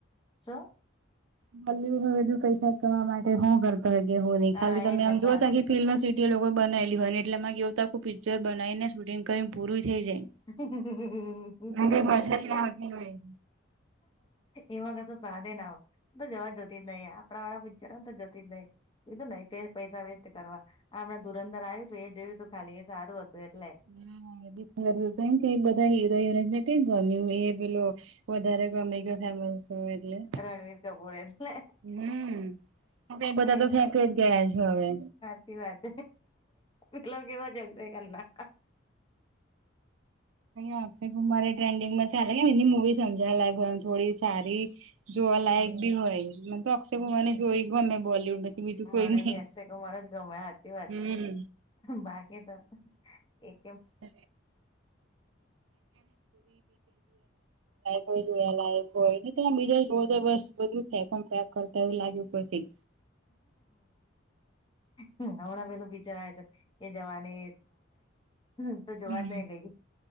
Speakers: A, on the left (about 25°); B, on the right (about 75°).
A: <unintelligible>
B: <unintelligible> પૈસા કરવા માટે હું કરતા હ કે હું નહી
A: હા
B: ખાલી તમે
A: એને
B: આમ
A: બસ
B: જોઓ તો ખાલી ફિલ્મ સિટી લોકોએ બનાયલી હોયને એટલે એમાં કે એવું આખું પિક્ચર બનાવીને શૂટિંગ કરીને પૂરું થઈ જાય
A: <unintelligible>
B: અરે મજા જ ના આવતી હોય.
A: એમાં કાતો સવાદે ના હોય તો જવા જોતી જ નહી આવા આપડા વાળા વિચાર હોય તો જતી જ નહી. એ તો નહી કરે પૈસા વેસ્ટ કરવા હમણાં ધૂરંધર આવ્યું હતું એ જોયું તું ખાલી એ સારું હતું એટલે
B: ના બધી કે બધા હીરો હિરોઈન ગમે એ પેલો વધારે ગમી ગયો ફેમસ થયો એટલે
A: રણવીર કપૂર એટલે
B: હમ્મ. હવે બધા
A: એ
B: તો ફેંકી જ ગયા છે હવે.
A: સાચી વાત, પેલો કેવ જગશે કરના.
B: આક્ષેપ મા ટ્રેન્ડિંગમાં ચાલે એની મુવી સમજ <inaudible> થોડી સારી જોવાલાયક બી હોય મન તો અક્ષ
A: હા
B: મને જોઈ ગમે બોલીવુડ માંથી બીજું
A: મને
B: કોઈ નહી
A: બી અક્ષય કુમાર જ ગમે હાચી વાત
B: હમ
A: બાકી તો એક
B: <unintelligible> હોય જોયા લાયક હોયલા બીજા જો તો બસ બધું ફેકમ ફેક કરતા એવું લાગ્યું પછી.
A: હમણાં પેલું બિચાર આવે તો એ જવાની <unintelligible> હુ તો જોવા
B: હમ
A: જ નહી ગઈ